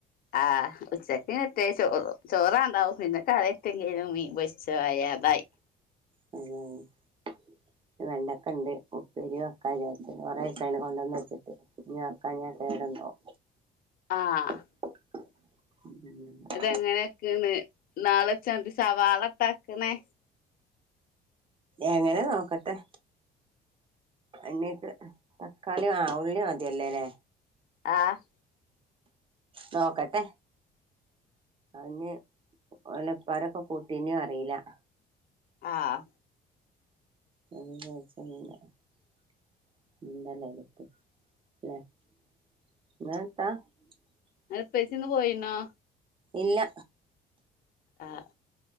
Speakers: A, on the left; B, on the right.
A: ആഹ് ഉച്ചക്ക് എത്തെ ചോർ ചോറാണ്ടാവും പിന്നെ കറി എത്തെങ്കിലും മീൻ പൊരി ച്ചു ആയ അതായി
B: അതായി
A: <inaudible>
B: വെണ്ടക്കണ്ട് ഉപ്പേരി വെക്കാൻ വിചാരിച്ചിന് കൊറേസായിണ് കൊണ്ടന്ന് വെച്ച്ട്ട് ഇഞ്ഞി വെക്കാഞ്ഞാ കേടെന്നോവും
A: ആഹ്
B: <inaudible>
A: ഇത് എങ്ങനെക്ക്ണ് ഇന്നാള് വെച്ചമാതിരി സവാളട്ടാ വെക്ക്ണേ
B: എങ്ങനെ നോക്കട്ടെ എണ്ണീട്ട് തക്കാളി ആ ഉള്ളി മതിയല്ലൊലെ
A: ആഹ്
B: നോക്കട്ടെ അയ്ന് ഓലെ ഇപ്പാരൊക്കെ കൂട്ടീനോ അറിലാ
A: ആഹ്
B: <unintelligible> അവടെത്തും ലെ <unintelligible>
A: അന്റെ ഇപ്പച്ചിന്ന് പോയിണോ
B: ഇല്ല
A: ആഹ്